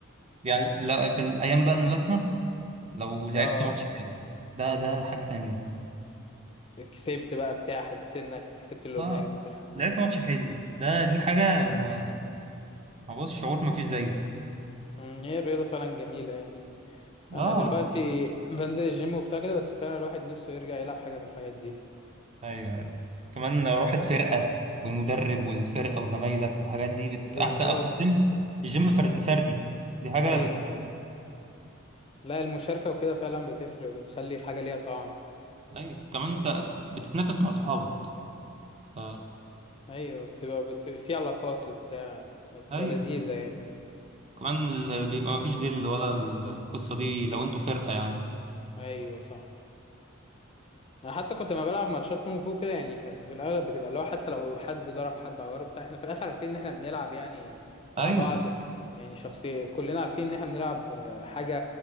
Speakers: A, on the right (about 30°); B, on the left (about 25°).
A: يعني لا في الايام بقى الملاكمة لو لعبت
B: اه
A: ماتش حلو ده ده حاجة تانية
B: كسبت بقى بتاع حسيت انك كسبت اللي
A: اه
B: قدامك بتاع اه
A: لعبت ماتش حلو ده دي حاجة ما ما بص شعور ما فيش زيه
B: مم، هي الرياضة فعلا جميلة يعني انا
A: اه
B: دلوقتي بنزل الجيم وبتاع كده بس فعلا الواحد نفسه يرجع يلعب حاجه من الحاجات دي
A: ايوه ايوه كمان روح الفرقة والمدرب والفرقة وزمايلك والحاجات دي بت...
B: بالظبط
A: احسن اصل الجيم الجيم فرد فردي دي حاجة
B: ايوه
A: بت
B: لا المشاركه وكده فعلا بتفرق بتخلي الحاجه ليها طعم
A: ايوه كمان انت بتتنافس مع صحابك ف...
B: ايوه بتبقى بت... في علاقات وبتاع بتبقى
A: ايوه
B: لذيذه يعني
A: كمان ال- بيبقى ما فيش غل ولا ال- القصة دي لو انتوا فرقة يعني
B: ايوه صح انا حتى كنت لما بلعب ماتشات كونغ فو كده يعني كان في الاغلب بتبقى لو حتى لو حد ضرب حد عوره بتاع احنا في الاخر عارفين ان احنا بنلعب يعني مع
A: ايوه
B: بعض يعني شخصيه كلنا عارفين ان احنا بنلعب آه، حاجه